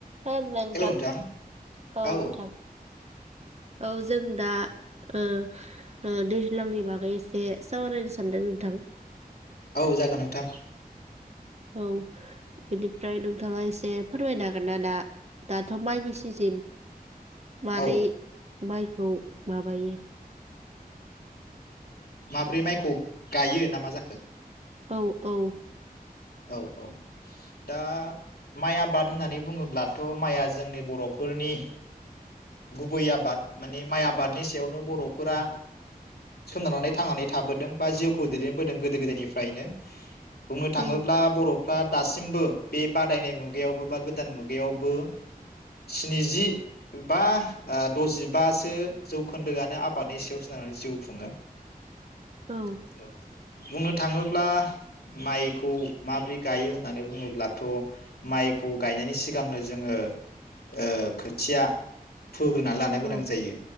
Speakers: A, on the right; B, on the left.
A: होनल' नोंथां
B: हेलौ नोंथां औ
A: औ जों दा ओ ओ दैज्लांनि बागै एसे सावरायनो सानदों नोंथां।
B: औ जागोन नोंथां।
A: औ बेनिफ्राय नोंथाङा एसे फोरमायनो हांगोन ना दा दाथ' माइनि सिजेन। मारै
B: औ
A: माइखौ माबायो।
B: माब्रै माइखौ गायो ना मा जाखो?
A: औ औ।
B: औ औ दा माइ आबाद होननानै बुङोब्लाथ' माइआ जोंनि बर'फोरनि गुबै आबाद माने माइ आबादनि सायावनो बर'फोरा सोनारनानै थांनानै थाबोदों बा जिउखौ दैदेनबोदों गोदो गोदायनिफ्रायनो। बुंनो थाङोब्ला
A: औ
B: बर' फ्रा दासिमबो बे बादायनाय मुगायावबो बा गोदान मुगायावबो स्निजि बा आ दजिबासो जौखोन्दोआनो आबादनि सायाव <unintelligible> जिउ खुङो।
A: औ
B: <unintelligible> बुंनो थाङोब्ला माइखौ माब्रै गायो होननानै बुङोब्लाथ' माइखौ गायनायनि सिगांनो जोङो ओ खोथिया। फोग्रोना लानो
A: औ
B: गोनां जायो।